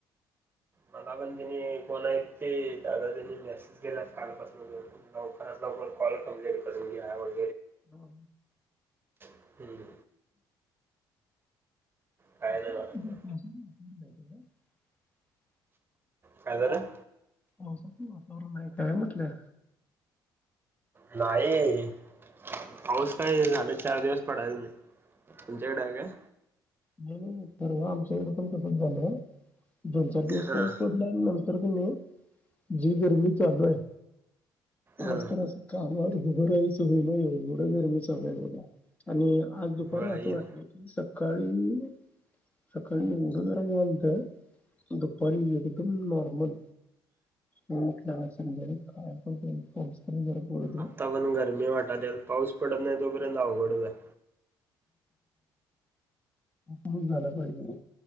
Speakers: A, on the right; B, on the left.
A: मला पण तनी कोण आहेत ते दादा त्यांनी मेसेज केला कालपासून लवकरात -लवकर कॉल कंप्लीट करून घ्यावं
B: हो
A: हम्म,
B: <unintelligible>
A: काय नाही म्हणायचं. काय झालं
B: पावसाचं वातावरण आहे काय म्हटलं
A: नाही पाऊस काय झालं चार दिवस पडायच नाही तुमच्याकडे आहे काय
B: नाही नाही नाही परवा आमच्या इकडं पण तसंच झालं दोन चार दिवस
A: हा
B: पाऊस पडला आणि नंतर कनी जी गरमी चालू आहे.
A: हा
B: आज तर असं कामावर उभं राहायचं होईना एवढं गरमी चालूय बघा. आणि आज दुपारी
A: बरं
B: असं
A: येईल
B: वाटलं की, सकाळी सकाळी एवढं गरम व्हालतं दुपारी एकदम नॉर्मल. संध्याकाळी कायपण करून पाऊस पण जरा. पडू दे.
A: आत्ता पण गरमी वाटाल्या पाऊस पडत नाही तोपर्यंत अवघडच आहे.
B: पाऊस झाला पाहिजे ओ